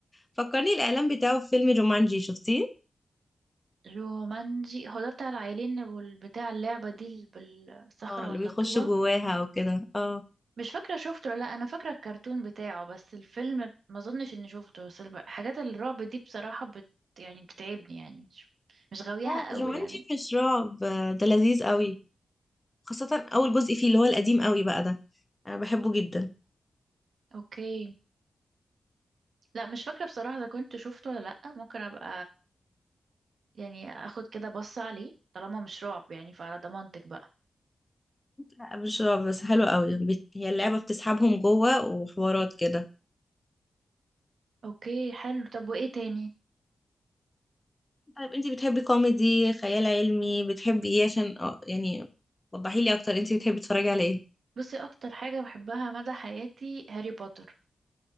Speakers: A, on the left; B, on the right.
A: فكرني الاعلان بتاعه في فيلم جومانجي شفتيه
B: رومانجي هو ده بتاع العيلين والبتاع اللعبة دي ال- بالصخرة
A: اه اللي
B: ولا
A: بيخش
B: الطوبة
A: جواها وكده اه
B: مش فاكرة شفته ولا لا أنا فاكرة الكرتون بتاعه بس الفيلم ما أظنش إني شفته بس الب- حاجات الرعب دي بصراحة بت يعني بتعبني يعني مش, مش غاويها
A: لا
B: قوي
A: جومانجي
B: يعني
A: مش رعب آه، ده لذيذ قوي خاصة اول جزء فيه اللي هو القديم قوي بقى ده انا بحبه جدا
B: أوكي لا مش فاكرة بصراحة إذا كنت شفته ولا لأ ممكن أبقى يعني أخد كده بص عليه طالما مش رعب يعني فعلى ضمانتك بقى
A: لا مش رعب بس حلو قوي بت... هي اللعبة بتسحبهم جوه وحوارات كده
B: أوكي حلو طب وإيه تاني
A: طيب انتي بتحبي كوميدي خيال علمي بتحبي ايه عشان اه يعني وضحي لي اكتر انتي بتحبي تتفرجي على ايه
B: بصي أكتر حاجة بحبها مدى حياتي هاري بوتر